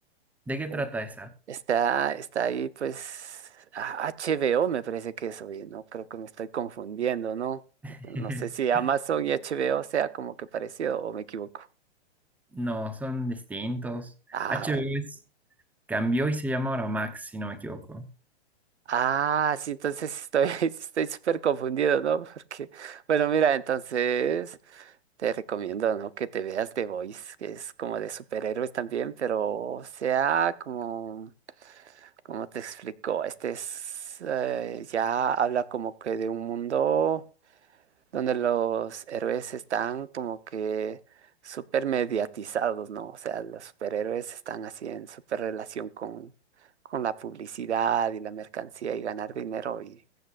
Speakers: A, in the centre; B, on the right.
A: ¿De qué
B: Oh.
A: trata esa?
B: Está, está ahí, pues, ah, HBO me parece que es, oye, no creo que me estoy confundiendo, ¿no?
A: <laughs>
B: No sé si Amazon y HBO sea como que parecido o me equivoco.
A: No, son distintos.
B: Ah,
A: HBO
B: bueno.
A: es- cambió y se llama ahora Max, si no me equivoco.
B: Ah, sí, entonces sí estoy, <laughs> estoy súper confundido, ¿no? Porque, bueno, mira, entonces te recomiendo, ¿no? Que te veas The Voice, que es como de superhéroes también, pero sea como, como te explico, este es, eh, ya habla como que de un mundo donde los héroes están como que súper mediatizados, ¿no? O sea, los superhéroes están así en súper relación con, con la publicidad y la mercancía y ganar dinero y